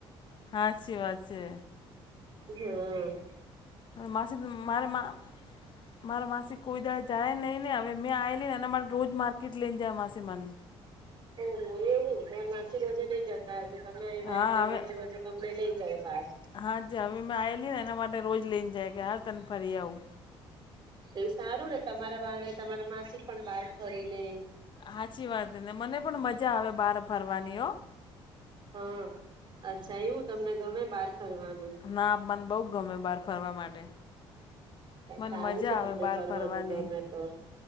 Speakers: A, on the left; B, on the right.
A: હાછી વાત છે
B: હમ <unintelligible>
A: માસી મારે માં મારા માસી કોઈ દાળે જાય નહી હવે મેં આએલી ને એના માટ રોજ માર્કેટ લઈન જય માસી મન
B: ઓહ એવું <unintelligible> પીછી રોજે નઈ જતા હશે તમે એવા
A: હા
B: એટલે
A: હવે
B: રોજે રોજે તમને લઈ જાય બાર
A: હા જ હવે મેં આવેલી ને એના માટે રોજ લઈને જાય કે હાલ તન ફરી આવુ
B: એ સારું ને તમારા બાહને તમારા માસી પણ બહાર ફરી લે
A: હાચી વાત ને મને પણ મજા આવે બહાર ફરવાની ઓ
B: હા અચ્છા એવું તમને ગમે બહાર ફરવાનું
A: ના મને બહુ ગમે બહાર ફરવા માટે મને
B: સારું
A: મજા
B: છે
A: આવે
B: તમને
A: બહાર
B: ફરવાનું
A: ફરવાની
B: ગમે તો